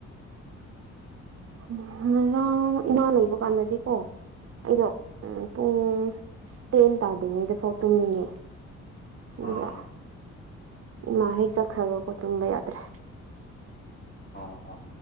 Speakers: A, on the right; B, on the left.
A: ꯎꯝ ꯉꯥꯡ ꯏꯃꯥ ꯂꯩꯕ ꯀꯥꯟꯗꯗꯤꯀꯣ ꯑꯩꯗꯣ ꯎꯝ ꯄꯨꯡ ꯇꯦꯟ ꯇꯥꯗ꯭ꯔꯤꯉꯩꯗꯐꯥꯎ ꯇꯨꯝꯅꯤꯡꯉꯦ꯫ ꯑꯗꯨꯒ
B: ꯑꯥ
A: ꯏꯃꯥ ꯍꯦꯛ ꯆꯠꯈ꯭ꯔꯒꯀꯣ ꯇꯨꯝꯕ ꯌꯥꯗ꯭ꯔꯦ꯫
B: ꯑꯣ ꯑꯣ